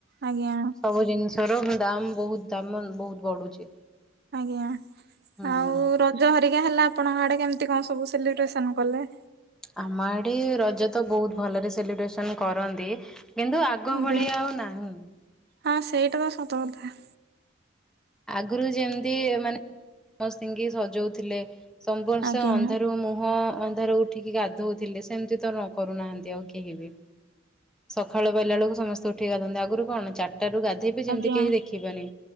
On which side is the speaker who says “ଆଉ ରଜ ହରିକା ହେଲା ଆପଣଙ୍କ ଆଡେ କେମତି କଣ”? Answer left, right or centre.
Right